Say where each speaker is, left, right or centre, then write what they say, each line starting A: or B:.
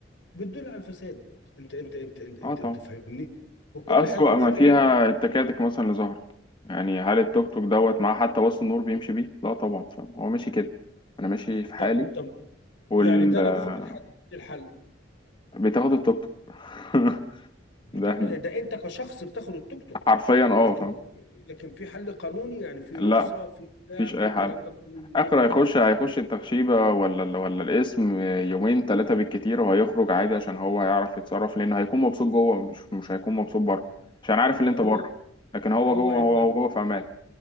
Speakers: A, on the left; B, on the left.
A: بتدل على الفساد انت انت انت انت انت,
B: أه طبعا
A: انت فاهمني وكل
B: أسوأ
A: حاجه وخلي
B: ما فيها
A: بالك
B: التكاتك مثلا اللي ظهرت يعني هل التوك توك دوت معاه حتى وصل النور بيمشي بيه؟ لا طبعا فاهم هو ماشي كده أنا ماشي في حالي
A: طب طب
B: وال
A: يعني ده
B: آه،
A: لو خبط حد ايه الحل
B: بتاخد التوك توك <laughs>
A: بتا...
B: ده
A: ده انت كشخص بتاخد التوك توك
B: حرفيا أه
A: لكن
B: فاهم
A: لكن في حل قانوني يعني في رخصه
B: لا
A: في بتاع
B: مفيش
A: في
B: أي
A: الكلام
B: حل
A: ده كله ليه
B: اخر
A: نمره
B: هيخش هيخش التخشيبة ولا ال- ولا الاسم يومين ثلاثة بالكتير وهيخرج عادي عشان هو هيعرف يتصرف لأنه هيكون مبسوط جوه مش مش هيكون مبسوط بره عشان عارف اللي
A: ما
B: انت
A: هو
B: بره لكن هو
A: ما هو
B: جوه
A: هيبقى
B: هو هو جوه في امان